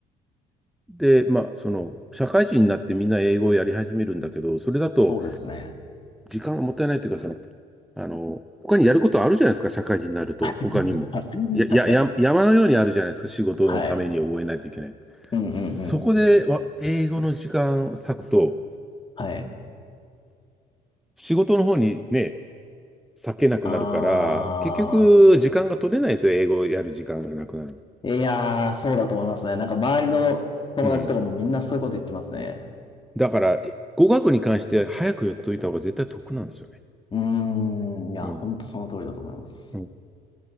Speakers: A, in the centre; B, on the left.
A: で、まあ、その、社会人になってみんな英語をやり始めるんだけど、それだと、
B: そうですね。
A: 時間がもったいないというか、その、あの、他にやることあるじゃないですか、社会人になると、
B: <laughs>
A: 他にも。
B: 確かに。
A: や、
B: 確かに。
A: や、や、山のようにあるじゃないですか、仕事のために覚えないといけない。
B: はい。うんうんうん。
A: そこでわ英語の時間を割くと、
B: はい。
A: 仕事の方にね、割けなくなるから、
B: あ
A: 結局、時間が取れないですよ、英語をやる時間がなくなる。
B: あ、いやー、そうだと思いますね。なんか周りの友達とかもみんなそういうこと言ってますね。
A: うん。だから、え語学に関して早くやっといた方が絶対得なんですよね。
B: うーん、いや、
A: うん。
B: 本当その通りだと思います。
A: うん